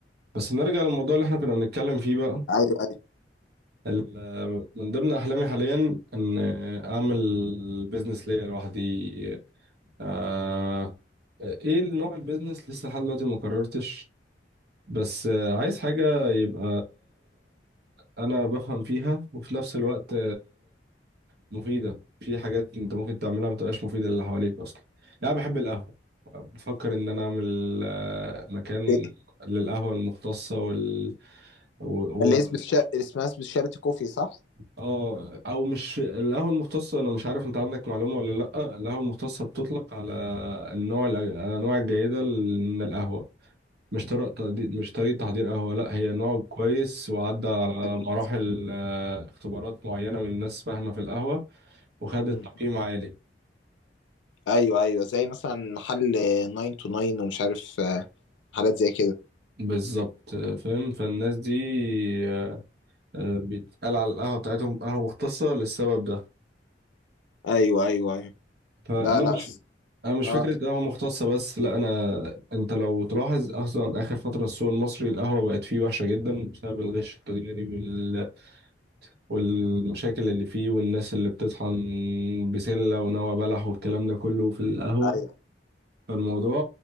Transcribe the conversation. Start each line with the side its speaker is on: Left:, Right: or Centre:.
Right: بس نرجع للموضوع اللي احنا كنا بنتكلم فيه بقى
Left: ايوه ايوه
Right: ال- من ضمن أحلامي حاليا إن أعمل بيزنس ليا لوحدي آه إيه نوع البيزنس لسه لحد دلوقتي ما قررتش بس آه، عايز حاجة يبقى أنا بفهم فيها وفي نفس الوقت مفيدة في حاجات انت ممكن تعملها بتبقاش مفيدة للي حواليك اصلا يعني انا بحب القهوة بفكر ان انا اعمل آه، مكان
Left: إيه؟
Right: للقهوة المختصة وال و...
Left: اللي
Right: و...
Left: اسمه شا... اسمها اسمه شارتي كوفي صح؟
Right: اه او مش القهوة المختصة انا مش عارف انت عندك معلومة ولا لا القهوة المختصة بتطلق على النوع الأ- الانواع الجيدة من القهوة مش طريقة تحضير مش طريقة تحضير قهوة لا هي نوع كويس وعدى على
Left: حبيبي.
Right: مراحل آه، اختبارات معينة من ناس فاهمة في القهوة وخدت
Left: مم.
Right: تقييم عالي
Left: ايوه ايوه زي مثلا محل 9 to 9 ومش عارف آه، حاجات زي كده
Right: بالظبط آه، فاهم فالناس دي آه، آه، بيتقال على القهوة بتاعتهم قهوة مختصة للسبب ده
Left: ايوه ايوه ايوه
Right: فأنا
Left: لا لا
Right: مش
Left: س-
Right: أنا مش
Left: اه
Right: فكرة
Left: ك-
Right: قهوة مختصة بس لا أنا أنت لو تلاحظ أصلا آخر فترة السوق المصري القهوة بقت فيه وحشة جدا بسبب الغش التجاري وال... والمشاكل اللي فيه والناس اللي بتطحن بسلة ونوى بلح والكلام ده كله في القهوة
Left: ايوه
Right: فالموضوع